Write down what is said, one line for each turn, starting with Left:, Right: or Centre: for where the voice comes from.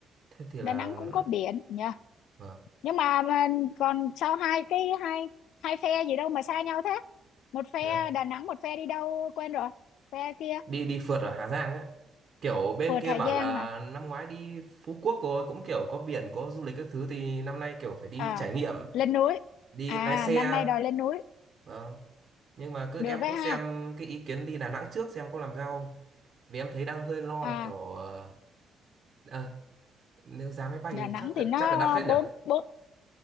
Right: thế thì
Left: Đà
Right: là
Left: Nẵng cũng có biển nhỉ?
Right: ờ, vâng
Left: nhưng mà, mà còn sao hai cái hai hai phe gì đâu mà xa nhau thế một phe
Right: Dạ.
Left: Đà Nẵng một phe đi đâu quên rồi phe kia
Right: đi đi phượt ở Hà Giang ấy kiểu bên
Left: Phượt
Right: kia
Left: Hà
Right: bảo
Left: Giang
Right: là
Left: hả
Right: năm ngoái đi Phú Quốc rồi cũng kiểu có biển có du lịch các thứ thì năm nay kiểu phải đi
Left: à
Right: trải nghiệm
Left: lên núi
Right: đi
Left: à
Right: lái xe
Left: năm nay đòi lên núi
Right: vâng nhưng mà cứ
Left: được
Right: em
Left: ấy
Right: cứ
Left: ha
Right: xem cái ý kiến đi Đà Nẵng trước xem có làm sao không vì em thấy đang hơi lo
Left: à
Right: là kiểu ờ, ờ, nếu giá máy bay
Left: Đà Nẵng
Right: chắc
Left: thì nó
Right: chắc là đắt phết
Left: bốn
Right: nhỉ
Left: bốn